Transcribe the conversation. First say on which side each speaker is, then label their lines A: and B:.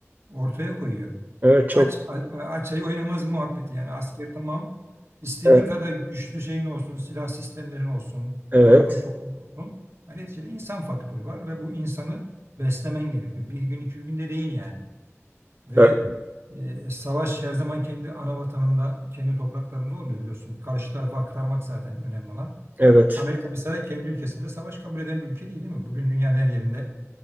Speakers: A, on the right (about 60°); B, on the right (about 35°).
A: ortaya koyuyor.
B: Evet, çok
A: Aç a- aç ayı oynamaz muhabbeti yani asker tamam istediğin
B: evet,
A: kadar güçlü şeyin olsun silah sistemlerin olsun
B: evet,
A: tankın topun olsun. Hani neticede insan faktörü var ve bu insanı beslemen gerekiyor. Bir gün iki günde değil yani. Ve
B: tabii,
A: e, savaş her zaman kendi ana vatanında, kendi topraklarında olmuyor biliyorsun. Karşı tarafa aktarmak zaten önemli olan.
B: evet,
A: Amerika mesela kendi ülkesinde savaş kabul eden bir ülke değil değil mi? Bugün dünyanın her yerinde